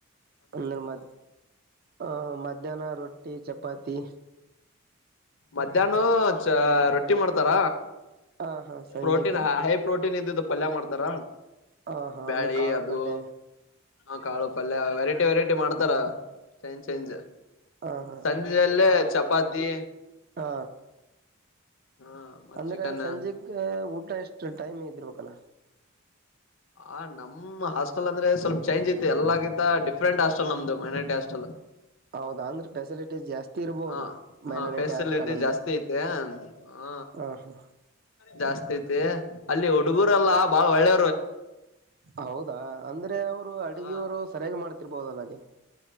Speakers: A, on the right; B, on the left.
A: ಅಂದ್ರ ಮ ಹಾ ಮಧ್ಯಾಹ್ನ ರೊಟ್ಟಿ ಚಪಾತಿ
B: ಮಧ್ಯಾಹ್ನ ಚಾ ರೊಟ್ಟಿ ಮಾಡ್ತಾರ
A: ಹ ಹಾ ಸಂಜೆಕ್ಕೆ
B: ಪ್ರೋಟೀನ್ ಹೈ ಪ್ರೋಟೀ <unintelligible> ಇಂದಿದ್ದು ಪಲ್ಯ ಮಾಡ್ತಾರ
A: ಹ ಹಾ
B: ಬ್ಯಾಳಿ
A: ಅಂದ್ರೆ ಕಾಳು
B: ಅದು
A: ಪಲ್ಯ
B: ಹಾ ಕಾಳು ಪಲ್ಯ ವೆರೈಟಿ ವೆರೈಟಿ ಮಾಡ್ತಾರ ಚೇಂಜ್ ಚೇಂಜ್
A: ಹ ಹಾ
B: ಸಂಜೇಲಿ ಚಪಾತಿ
A: ಹಾ
B: ಹಾ ಮತ್
A: ಅಂದ್ರೆ
B: ಚಿಕನ್
A: ಸಂಜೆಕ ಊಟ ಎಷ್ಟು ಟೈಮ್ ಇದಿರ್ಬೇಕಲ್ಲ
B: ಆ ನಮ್ ಹಾಸ್ಟೆಲ್ ಅಂದ್ರೆ ಸ್ವಲ್ಪ ಚೇಂಜ್ ಐತಿ ಎಲ್ಲಗಿಂತ ಡಿಫ್ರೆಂಟ್ ಹಾಸ್ಟೆಲ್ ನಮ್ದು ಮೈನಾರಿಟಿ ಹಾಸ್ಟೆಲ್
A: ಹೌದಾ ಅಂದ್ರೆ ಫೆಸಿಲಿಟಿ ಜಾಸ್ತಿ ಇರ್ಬೋದು
B: ಹ
A: ಮೈನಾರಿಟಿ
B: ಹ ಫೆಸಿಲಿಟಿ
A: ಹಾಸ್ಟೆಲ್ ಅಂದ್ರೆ
B: ಜಾಸ್ತಿ ಐತೆ ಹ
A: ಹ ಹಾ
B: ಜಾಸ್ತಿ ಐತಿ ಅಲ್ಲಿ ಹುಡುಗೂರಲ್ಲ ಬಾಳ ಒಳ್ಳೆ
A: ಹೌದಾ ಅಂದ್ರೆ ಅವರು ಅಡಗೆಯವರು
B: ಹ
A: ಸರಿಯಾಗಿ ಮಾಡ್ತಿರ್ಬೋದಲ್ಲ ಅಲ್ಲಿ